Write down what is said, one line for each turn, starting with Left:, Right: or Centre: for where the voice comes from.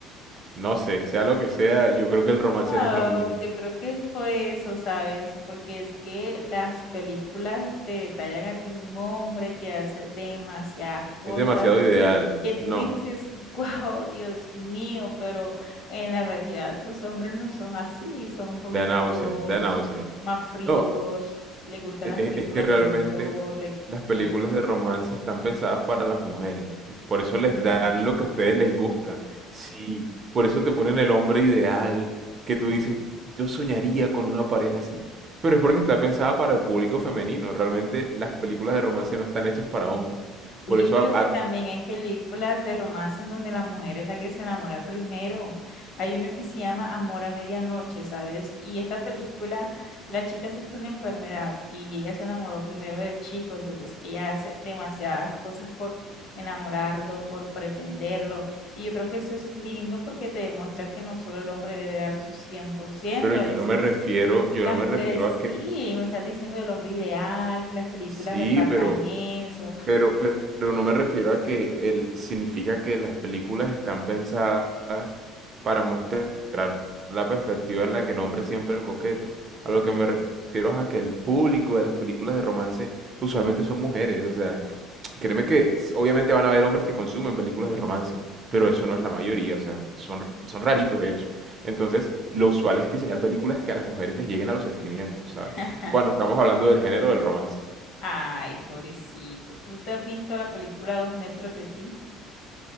Right: No sé, sea lo que sea, yo creo que el romance
Left: No,
Right: no es lo mío.
Left: yo creo que es por eso, ¿sabes? Porque es que las películas te detallan a ti un hombre que hace demasiadas cosas
Right: Es demasiado ideal.
Left: que tú
Right: No,
Left: dices, <laughs> wow, Dios mío, pero en la realidad los hombres no son así, son un poquiticos
Right: da náuseas, da náuseas.
Left: más fríos,
Right: No,
Left: les gustan
Right: e-
Left: las
Right: e-
Left: películas
Right: es que realmente
Left: de terror le-
Right: las películas
Left: y así.
Right: de romance están pensadas para las mujeres. es Por eso les
Left: No.
Right: dan
Left: no.
Right: lo que a ustedes les gusta. Sí, por eso te ponen el hombre ideal, que tú dices, yo soñaría con una pareja así. Pero es porque está pensada para el público femenino. Realmente las películas de romance no están hechas para hombres.
Left: Oye,
Right: Por eso,
Left: pero
Right: a-
Left: sí
Right: a-
Left: también hay películas de romance en donde la mujer es la que se enamora primero. Hay una que se llama Amor a Medianoche, ¿sabes? Y esta película, la chica sufre una enfermedad y ella se enamoró primero del chico, entonces ella hace demasiadas cosas por enamorarlo, por pretenderlo. Y yo creo que eso es lindo porque te demuestra que no solo el hombre debe dar su cien por ciento.
Right: pero yo
Left: a veces...
Right: no me refiero, yo
Left: Las
Right: no me
Left: mujeres,
Right: refiero a que...
Left: sí, me estás diciendo el hombre ideal, que las películas
Right: Sí,
Left: retratan
Right: pero,
Left: eso.
Right: pero, pero no me refiero a que el, significa que las películas están pensadas para mostrar la perspectiva en la que el hombre es siempre el coqueto. A lo que me refiero es a que el público de las películas de romance usualmente son mujeres. O sea, <tsk> créeme que s- obviamente van a haber hombres que consumen películas de romance, pero eso no es la mayoría. O sea, son, son raritos de hecho. Entonces, lo usual es diseñar películas que a las mujeres les lleguen a los sentimientos, ¿sabes?
Left: <laughs>
Right: Cuando estamos hablando del género del romance.
Left: Ay, pobrecito. ¿Tú te has visto la película Dos metros de ti?